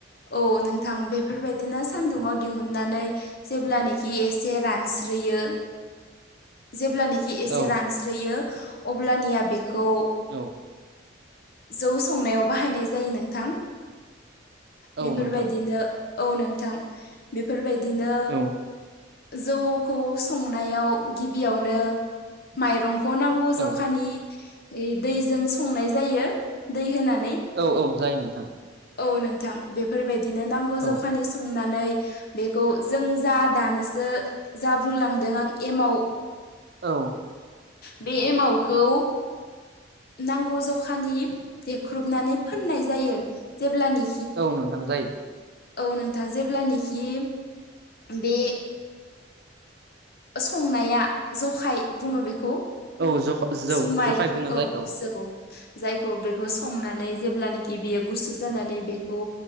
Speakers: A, on the left (about 55°); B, on the right (about 60°).
A: औ नोंथां बेफोरबायदिनो सानदुुंआव
B: औ
A: दिहुननानै जेब्लानखि एसे रानस्रोयो। जेब्लानाखि एसे
B: औ
A: रानस्रोयो। अब्लानिया बेखौ
B: औ
A: जौ संनायाव बाहायनाय जायो नोंथां
B: औ
A: बेफोरबायदिनो
B: नोंथां
A: औ नोंथां बेफोरबायदिनो
B: औ
A: जौखौ संनायाव गिबियावनो माइरंखौ नांगौ।
B: औ
A: अखनि दैजों संनाय जायो दै होना
B: औ औ जाय नोंथां।
A: औ नोंथां बेफोरबायदिनो नांगौ जखानि
B: औ
A: संना बेखौ जों जा दानिसो जा बुंलांदों आं एमाव
B: औ
A: बे एमावखौ नांगौ जखानि देख्रुबनानै फाननाय जायो जेब्लानि
B: औ नोंथां जायो।
A: औ नोंथां जेब्लानाखि बे संनाया जखाय बुङो बेखौ
B: औ जौ जौ
A: जुमाय
B: जखाय बुङो
A: औ
B: जायखौ
A: जौ जायखौ बे बेखौ संनानै जेब्लानाखि बियो गुसु जानानै बेखौ